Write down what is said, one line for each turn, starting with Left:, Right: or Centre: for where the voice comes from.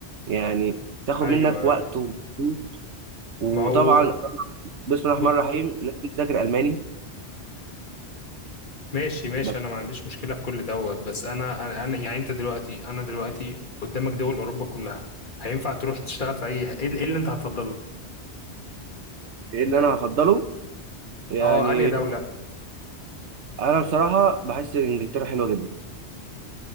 Right: يعني تاخد
Left: ايوه
Right: منك وقت
Left: ايوه
Right: ومجهود. وطبعا
Left: ما هو
Right: طبعاً بسم الله
Left: ب...
Right: الرحمن الرحيم لازم تذاكر الماني
Left: ماشي ماشي
Right: بس
Left: انا ما عنديش مشكله في كل دوت بس انا انا أنا- يعني انت دلوقتي انا دلوقتي قدامك دول اوروبا كلها هينفع تروح تشتغل في اي ايه إيه اللي انت هتفضله
Right: ايه اللي انا هفضله يعني
Left: اه انهي دولة
Right: انا بصراحه بحس ان انجلترا حلوه جدا